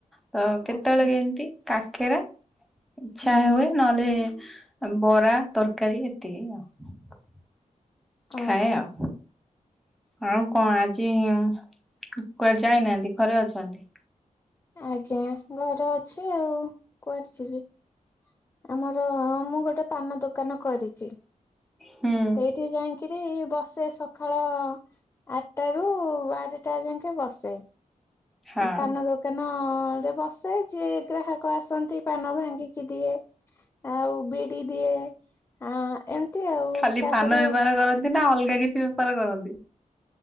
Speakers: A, in the centre; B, on the left.
A: ତ କେତେବେଳେ
B: ଆଚ୍ଛା
A: କେମିତି କାକେରା ଇଚ୍ଛା
B: ହୁଁ
A: ହୁଏ ନହେଲେ ବରା ତରକାରୀ ଏତିକି ଆଉ।
B: ଓ
A: ଖାଏ
B: ହୋ।
A: ଆଉ ଆଉ କଣ ଆଜି କୁଆଡେ ଯାଇନାହାନ୍ତି ଘରେ ଅଛନ୍ତି।
B: ଆଜ୍ଞା ଘରେ ଅଛି ଆଉ କୁଆଡେ ଯିବି? ଆମର ମୁଁ ଗୋଟେ ପାନ ଦୋକ ଦୋକାନ କରିଛି।
A: ହୁଁ।
B: ସେଇଠି ଯାଇଁକିରି ବସ। ସେ ସକାଳ ଆଠଟ ରୁ ବାରଟା ଯାକେ ବସେ।
A: ହଁ
B: ପାନ ଦୋକାନ। ରେ ବସେ ଯିଏ ଗ୍ରାହକ ଆସନ୍ତି ପାନ ଭାଙ୍ଗିକି ଦିଏ। ଆଉ ବିଡି ଦିଏ ଆ ଏମିତି ଆଉ
A: ଖାଲି
B: ତାପରେ
A: ପାନ ବେପାର କରନ୍ତି ନା ଅଲଗା କିଛି ବେପାର କରନ୍ତି?